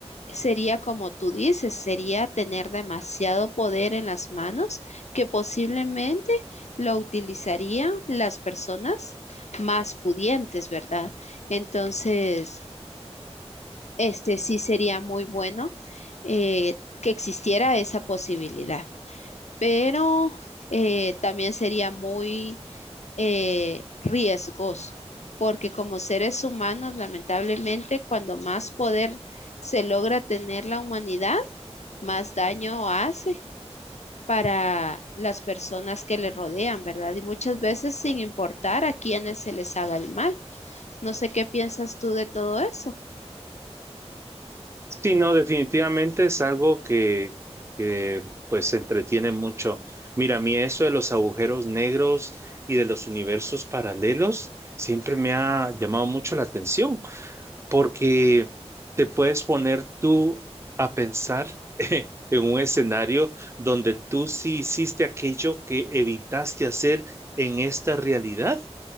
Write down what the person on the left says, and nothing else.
sería como tú dices, sería tener demasiado poder en las manos que posiblemente lo utilizarían las personas más pudientes, ¿verdad? Entonces, este sí sería muy bueno eh, que existiera esa posibilidad pero eh, también sería muy eh, riesgoso, porque como seres humanos, lamentablemente, cuando más poder se logra tener la humanidad, más daño hace para las personas que le rodean, ¿verdad? Y muchas veces sin importar a quiénes se les haga el mal. No sé qué piensas tú de todo eso.